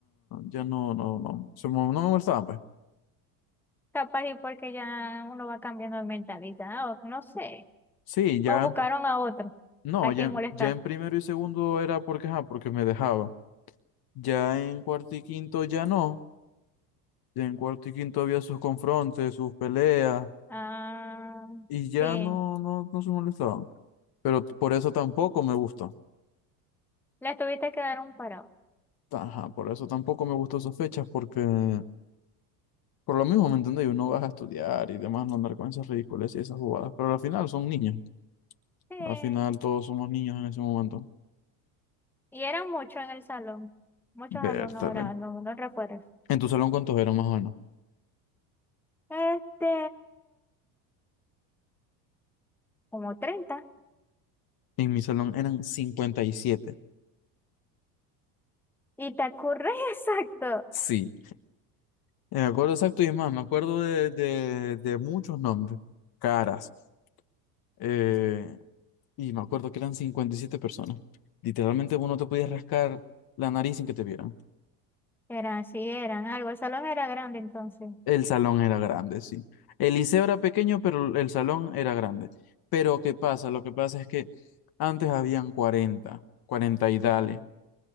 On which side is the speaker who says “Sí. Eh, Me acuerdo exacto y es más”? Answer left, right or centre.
Left